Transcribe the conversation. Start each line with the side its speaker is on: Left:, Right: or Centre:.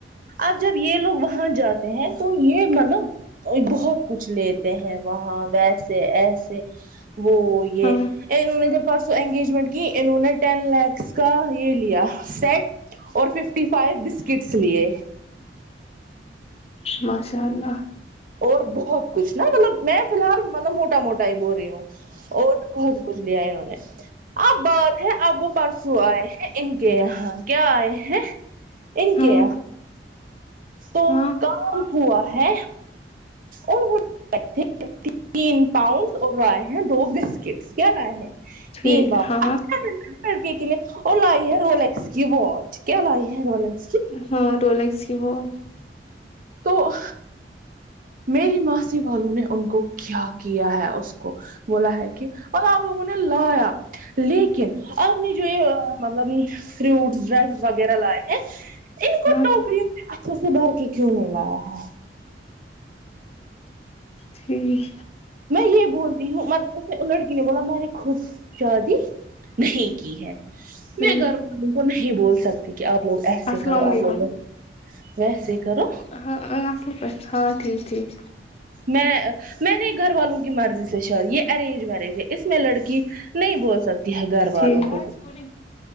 Right: اب جب یہ لوگ وہاں جاتے ہیں تو یہ مطلب بہت کچھ لیتے ہیں وہاں ویسے ایسے وہ یہ
Left: ہاں
Right: جب پرسو انگیجمنٹ کی انہوں نے ٹین لیکس کا یہ لیا سیٹ اور ففٹی فائیو بسکٹس لیے
Left: ماشاء اللہ
Right: اور بہت کچھ نا مطلب میں فی الحال مطلب موٹا موٹا ہی بول رہی ہوں اور بہت کچھ کچھ لیا ہے انہوں نے اب بات ہے اب وہ پرسوں آئے ہیں ان کے یہاں کیا آئے ہیں ان
Left: ہاں
Right: کے تو
Left: ہاں
Right: کام ہوا ہے اور ے <inaudible> ففین پاؤڈ اور رائے ہیں دو بسکٹس کیا رائے ہیں
Left: ٹھیک
Right: تین باپ
Left: ہاں
Right: لڑکے کے لیے اور لائی ہے رولیکس کی واچ کیا لائی ہے رولس
Left: ہاں رولیکس کی واچ
Right: تو میری ماسی والوں نے ان کو کیا کیا ہے اس کو بولا ہے کہ اور آپ لوگوں نے لایا لیکن آپ نے جو یہ ا ا مطلب فروٹس ڈر وغیرہ لائے ہیں ان کو
Left: ہاں
Right: ٹوکریوں میں اکھوں سے بھر کے کیوں نہیں لایا ہے
Left: ٹھیک
Right: میں یہ بولتی ہوں مطب اس نے لڑکی نے بولا مری خود شادی نہیں کی ہے
Left: ٹھیک
Right: میں گھر والوں کو نہیں بول سکتی کہ آپ لوگ ایسے
Left: السلام
Right: کرو
Left: علیکم
Right: آپ لوگ ویسے ہی کرو
Left: ہاں ہاں <unintelligible> ال پ ہاں ٹھیک ٹھیک
Right: میں میں نے گھر والوں کی مرضی سے شادی یہ ارینج میرج ہے اس میں لڑکی نہیں بول سک تی ہے گھر والوں
Left: ٹھیک
Right: کو